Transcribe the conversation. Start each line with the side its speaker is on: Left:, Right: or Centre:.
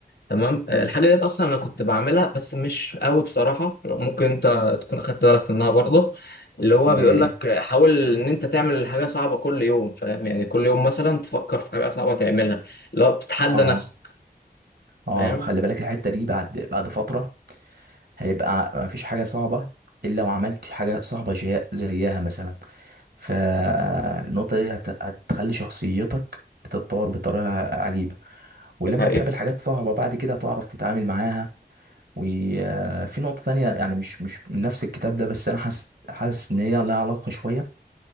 Left: تمام
Right: مم،
Left: آه، الحاجة ديت أصلا أنا كنت بعملها بس مش قوي بصراحة ممكن أنت تكون أخدت بالك منها برضه اللي هو
Right: اللي
Left: بيقول
Right: هي ايه
Left: لك آه، حاول إن أنت تعمل حاجة صعبة كل يوم فاهم يعني كل يوم مثلا تفكر في حاجة صعبة تعملها اللي هو بتتحدى
Right: اه
Left: نفسك
Right: اه
Left: فاهم
Right: خلي بالك الحتة دي بعد بعد فترة هيبقى مفيش حاجة صعبة الا وعملت حاجة صعبة جي- زيها مثلا فالنقطة دي هت- هتخلي شخصيتك تتطور بطريقة عجيبة ولما
Left: دي حقيقة
Right: تقابل حاجات صعبة بعد كده هتعرف تتعامل معاها وفي نقطة تانية يعني مش مش من نفس الكتاب ده بس أنا حاسس حاسس إن هي لها علاقة شوية